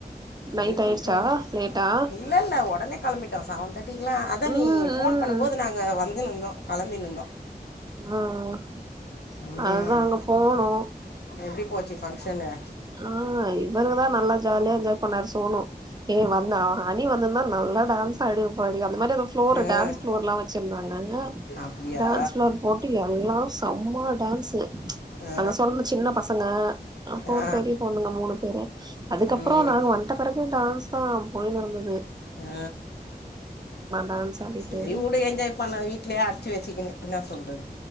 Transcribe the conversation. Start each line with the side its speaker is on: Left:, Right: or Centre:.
Left: பீச்சிக்கு
Right: நைட் ஆயிடுச்சா
Left: போயிட்டு
Right: லேட்டா
Left: இல்ல இல்ல ஒடனே கிளம்பிட்டோ செவன் தேர்ட்டிக்குல்லா அதா
Right: ம்
Left: நீ
Right: ம்
Left: ஃபோன் பண்ணும்போது நாங்க வந்துனுந்தோ களம்பின்னுந்தோ
Right: அ அ
Left: ம்
Right: அதா அங்க போனோ
Left: எப்டி போச்சு ஃபங்க்ஷனு
Right: ஆ இவங்கதா நல்லா ஜாலியா என்ஜாய் பண்ணாரு சோனோ ஏ வந்தா அனி வந்துந்தா நல்லா டான்ஸ் ஆடிருப்பாடி அந்த மாரி எதா ஃப்ளோரு
Left: ம்
Right: டான்ஸ் ஃப்ளோர் வச் சிருந்தாங்க
Left: அப்டியா
Right: டான்ஸ் ஃப்ளோர் போட்டு எல்லா செம்ம டான்ஸ்ஸு
Left: ஆ
Right: அங்க சொல்ன ஜின்ன பச ங்க அப்ப
Left: ஆ
Right: ஒரு பெரிய பொண்ணுங்க மூணு பேரு அதுக்கப்றோ
Left: ம்
Right: நாங்க வந்ட்ட பெறகு டான்ஸ் தா போயினுருந்தது
Left: அ
Right: டான்ஸ் ஆடிட்டு
Left: சரி உடு என்ஜாய் பண்ண வீட்லயே அடச்சு வச்சுக்கினு இன்ன சொல்றது